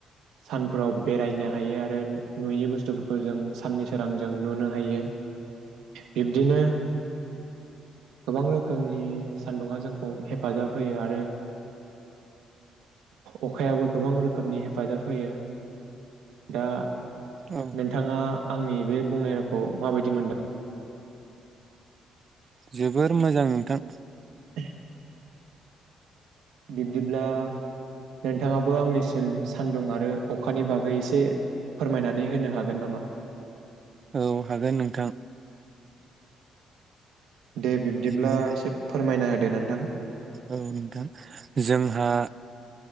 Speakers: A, on the right; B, on the right.
A: सानफोराव बेरायनो हायो आरो नुयै बुस्थुफोरखौ जों साननि सोरांजों नुनो हायो बिब्दिनो गोबां रोखोमनि सान्दुंङा जोंखौ हेफाजाब होयो आरो अखायाबो गोबां रोखोमनि हेफाजाब होयो दा
B: औ
A: नोंथाङा आंनि बे बुंनाय रावखौ माबायदि मोनदों
B: जोबोर मोजां नोंथां
A: <unintelligible> बिब्दिब्ला नोंथाङाबो आंनिसिम सान्दुं आरो अखानि बागै एसे फोरमायनानै होनो हागोन नामा?
B: औ हागोन नोंथां
A: दे बिब्दिब्ला
B: जों
A: एसे फोरमायना होद दे नोंथां
B: औ नोंथां जोंहा